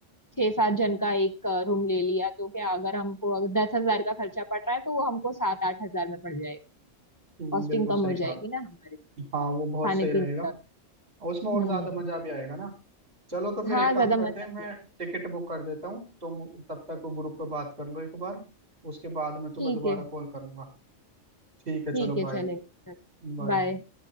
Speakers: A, on the left; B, on the right.
A: छह सात जन का एक रूम ले लिया तो क्या अगर हमको अगर दस हजार का खर्चा पड़ रहा है तो वो हमको सात आठ हजार में पड़ जाएगा
B: हम्म,
A: कॉस्टिंग
B: बिल्कुल
A: कम
B: सही
A: हो
B: कहा
A: जाएगी ना हमारे
B: हाँ वो
A: खाने
B: बहुत सही रहेगा
A: पीने का
B: और उसमें और
A: हम्म
B: ज्यादा मजा भी आएगा ना चलो तो फिर
A: हाँ
B: एक काम
A: ज्यादा
B: करते
A: मजा
B: हैं
A: भी
B: मैं
A: आएगा
B: टिकट बुक कर देता हूँ तुम तब तक वो ग्रुप पे बात कर लो एक बार उसके बाद मैं
A: ठीक
B: तुम्हें दोबारा
A: है
B: कॉल करूंगा ठीक है चलो
A: ठीक है
B: बाय
A: चलेगा चल
B: बाय
A: बाय